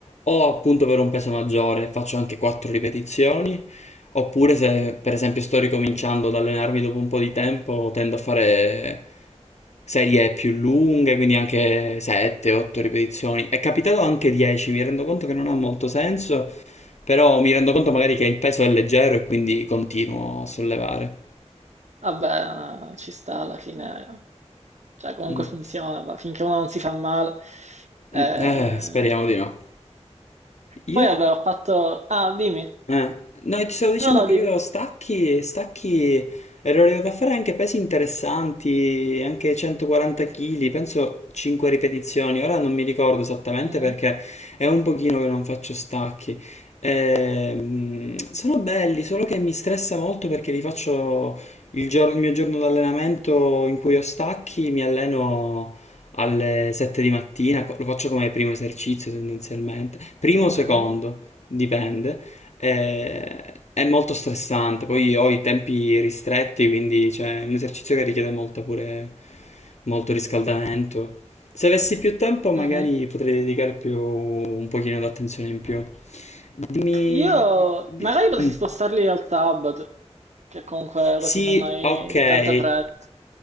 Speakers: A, on the left; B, on the right.
A: o appunto per un peso maggiore faccio anche 4 ripetizioni, oppure se per esempio sto ricominciando ad allenarmi dopo un po' di tempo tendo a fare serie più lunghe, quindi anche 7-8 ripetizioni. È capitato anche 10, mi rendo conto che non ha molto senso. Però mi rendo conto magari che il peso è leggero e quindi continuo a sollevare.
B: Vabbè, ci sta alla fine, cioè comunque
A: Mm.
B: funziona, va- finché uno non si fa male. Eh,
A: Mm, Eh, speriamo di no. Io
B: Poi vabbè, ho fatto... Ah, dimmi.
A: Eh, no, ti stavo dicendo
B: No, no,
A: che
B: dimmi.
A: io stacchi, stacchi, ero arrivato a fare anche pesi interessanti, anche 140 kg, penso 5 ripetizioni, ora non mi ricordo esattamente
B: Mhm,
A: perché è un pochino che non faccio stacchi. Ehm, sono belli, solo che mi stressa molto perché li faccio il gior- il mio giorno d'allenamento in cui ho stacchi, mi alleno alle 7 di mattina, co- lo faccio come primo esercizio tendenzialmente, primo o
B: mhm,
A: secondo, dipende. Eh, è molto stressante, poi ho i tempi ristretti, quindi cioè, è un esercizio che richiede molto pure molto riscaldamento. Se avessi più tempo, magari
B: mhm.
A: potrei dedicare più un pochino d'attenzione in più. Dimmi.
B: Io
A: di-
B: magari potresti
A: mm.
B: spostarli al sabato, che comunque
A: Sì,
B: così non hai
A: ok.
B: tanta fretta.